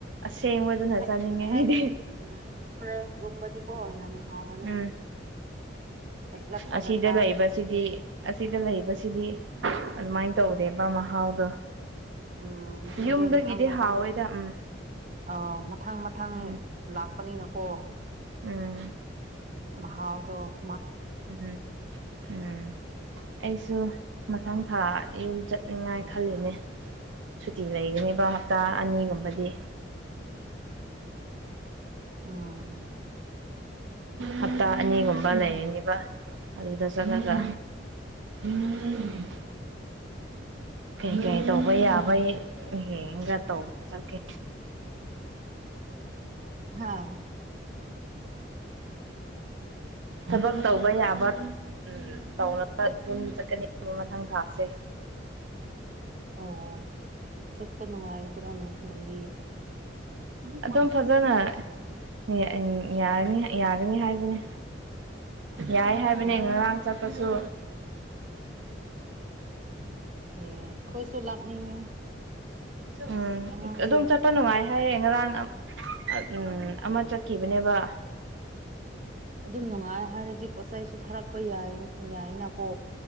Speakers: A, on the right; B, on the right.
A: ꯑꯁꯦꯡꯕꯗꯨꯅ
B: ꯍꯦꯛ
A: ꯆꯥꯅꯤꯡꯉꯦ
B: ꯍꯦꯛ
A: ꯑꯩꯗꯤ
B: ꯐ꯭ꯔꯦꯁꯒꯨꯝꯕꯗꯤꯀꯣ ꯍꯥꯎꯕꯅꯦ
A: ꯎꯝ
B: ꯍꯦꯛꯂꯛꯄꯒ
A: ꯑꯁꯤꯗ
B: ꯆꯥꯕꯗꯣ
A: ꯂꯩꯕꯁꯤꯗꯤ ꯑꯁꯤꯗ ꯂꯩꯕꯁꯤꯗꯤ ꯑꯗꯨꯃꯥꯏꯅ ꯇꯧꯗꯦꯕ ꯃꯍꯥꯎꯗꯣ
B: ꯎꯝ ꯑꯗꯨꯗꯤ
A: ꯌꯨꯝꯗꯒꯤꯗꯤ
B: ꯃꯊꯪ ꯃꯊꯪ
A: ꯍꯥꯎꯋꯦꯗ ꯎꯝ
B: ꯑꯥꯎ ꯃꯊꯪ ꯃꯊꯪ
A: ꯎꯝ
B: ꯂꯥꯛꯄꯅꯤꯅꯀꯣ
A: ꯎꯝ
B: ꯍꯥꯎꯗꯣ
A: ꯎꯝ ꯎꯝ ꯑꯩꯁꯨ ꯃꯊꯪ ꯊꯥ ꯌꯨꯝ ꯆꯠꯅꯤꯡꯉꯥꯏ ꯈꯜꯂꯤꯅꯦ ꯁꯨꯇꯤ ꯂꯩꯒꯅꯦꯕ ꯍꯞꯇꯥ ꯑꯅꯤꯒꯨꯝꯕꯗꯤ
B: ꯑꯥ <inaudible>
A: ꯍꯞꯇꯥ ꯑꯅꯤꯒꯨꯝꯕ ꯂꯩꯔꯤꯅꯤꯕ ꯑꯗꯨꯗ ꯆꯠꯉꯒ ꯎꯝ ꯀꯩꯀꯩ ꯇꯧꯕ ꯌꯥꯕ ꯌꯦꯡꯒ ꯇꯧꯕ ꯆꯠꯀꯦ
B: ꯍꯥꯥ <inaudible>
A: ꯊꯕꯛ ꯇꯧꯕ ꯌꯥꯕ ꯇꯧꯅꯕ ꯑꯗꯨꯝ ꯆꯠꯀꯅꯤ ꯃꯊꯪ ꯊꯥꯁꯦ
B: ꯑꯣ ꯆꯠꯄ ꯅꯨꯡꯉꯥꯏꯗ꯭ꯔꯣꯅꯦ ꯂꯝꯕꯤ
A: ꯑꯗꯨꯝ ꯐꯖꯅ ꯝ <unintelligible> ꯌꯥꯔꯅꯤ ꯌꯥꯒꯅꯤ ꯍꯥꯏꯕꯅꯦ
B: <unintelligible> <inaudible>
A: ꯌꯥꯏ ꯍꯥꯏꯕꯅꯦ
B: ꯑꯣ
A: ꯉꯔꯥꯡ ꯆꯠꯄꯁꯨ
B: ꯑꯦ ꯑꯩꯈꯣꯏꯁꯨ ꯂꯥꯛꯅꯤꯡꯉꯦ ꯑꯁ
A: ꯎꯝ
B: ꯑꯉꯥꯡꯁꯤꯡ
A: ꯑꯗꯨꯝ ꯆꯠꯄ ꯅꯨꯡꯉꯥꯏ ꯍꯥꯏꯌꯦ ꯉꯔꯥꯡ ꯎꯝ ꯑꯃ ꯆꯠꯈꯤꯕꯅꯦꯕ
B: ꯑꯗꯨꯝ ꯅꯨꯡꯉꯥꯏ ꯍꯥꯏꯔꯗꯤ ꯄꯣꯠꯆ ꯆꯩꯁꯨ ꯊꯥꯔꯛꯄ ꯌꯥꯏ ꯌꯥꯏꯅ ꯀꯣ